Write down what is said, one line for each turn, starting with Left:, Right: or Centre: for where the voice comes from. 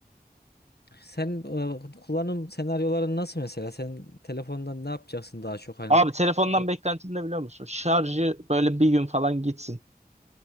Left: Sen e, kullanım senaryoların nasıl mesela? Sen telefondan ne yapacaksın daha çok hani?
Right: Abi telefondan
Left: O
Right: beklentim ne biliyor musun? Şarjı böyle bir gün falan gitsin.